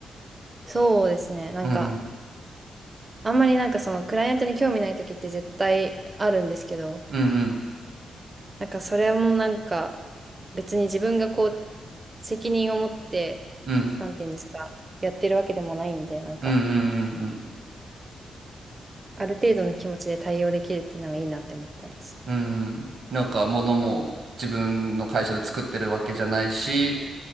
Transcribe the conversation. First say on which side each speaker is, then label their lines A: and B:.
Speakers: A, on the right; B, on the right.
A: そうですね。なんか
B: うん、うん、
A: あんまりなんかそのクライアントに興味ない時って絶対あるんですけど、
B: うん、
A: なんかそれもなんか別に自分がこう責任を持って、
B: うん、
A: なんていうんですか、やってるわけでもないんで、なんか
B: うん、うん、うん、うん。
A: ある程度の気持ちで対応できるっていうのはいいなって思ってます。
B: うんうんなんか、物も自分の会社で作ってるわけじゃないし、